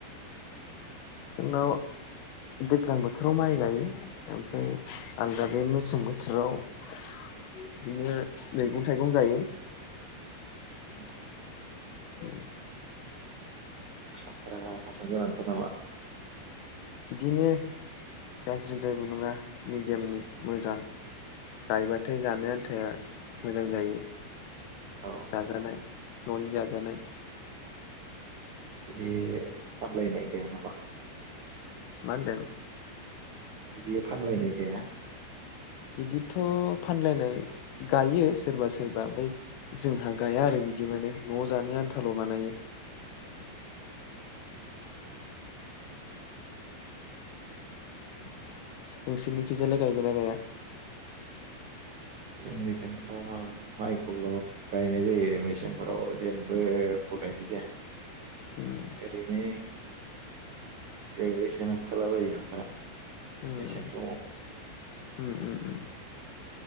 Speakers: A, on the left (about 80°); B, on the right (about 65°).
A: जोंनाव दैज्लां बोथोराव माइ गायो ओमफ्राय आलादा बे मेसें बोथोराव बिदिनो मैगं थाइगं गायो।
B: <unintelligible>
A: ओ
B: हाब्राङा हासार गोनांथार नामा
A: इदिनो गाज्रिदायबो नङा। मिडियामनि, मोजां। गायबाथाय जानो आन्थाया मोजां जायो।
B: औ
A: जाजानाय न'नि जाजानाय।
B: बिदि आग्लायनाय गाया नामा?
A: मा होनदों?
B: बिदि फानलानाय गैया?
A: बिदिथ' फानलायनाय गायो सोरबा सोरबा ओमफ्राय जोंहा गाया आरो बिदि माने न'आव जानो आन्थाल' बानायो। <inaudible> नोंसोरनि खैजालाय गायगोन ना गाया?
B: जोंनिथिंथ' माइखौल' गायनाय जायो मेसेंफोराव जेबो रावबो गायनाय जाया
A: उम
B: ओरैनो, गोग्लैसोनोनसथालाबायो हाफोरा।
A: उम
B: मेसें समाव
A: <inaudible> उम उम उम।